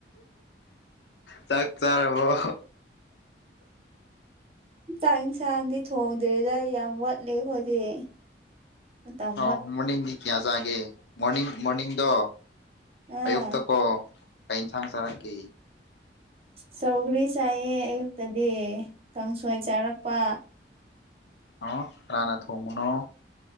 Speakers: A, on the left; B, on the right.
A: ꯆꯥꯛ ꯆꯔꯦꯥꯎ
B: <inaudible> ꯇꯥꯛꯟꯁꯥꯡꯗꯤ ꯊꯣꯡꯗ꯭ꯔꯦꯗ ꯌꯥꯝ ꯋꯥꯠꯂꯦ ꯈꯣꯏꯗꯤꯛ ꯃꯇꯝ
A: ꯑ ꯃꯣꯔꯅꯤꯡꯗꯤ ꯀꯌꯥ ꯆꯥꯒꯦ ꯃꯣꯔꯅꯤꯡ ꯃꯣꯔꯅꯤꯡꯗꯣ
B: ꯑꯥ
A: ꯑꯌꯨꯛꯇ ꯀꯣ ꯀ ꯏꯟꯁꯥꯡ ꯆꯥꯔꯛꯀꯦ
B: ꯆꯧꯒ꯭ꯔꯤ ꯆꯥꯏꯑ ꯑꯌꯨꯛꯇꯗꯤ ꯀꯥꯡꯁꯣꯏ ꯆꯥꯔꯛꯄ
A: ꯑ ꯔꯔꯅ ꯊꯣꯡꯉꯅꯣ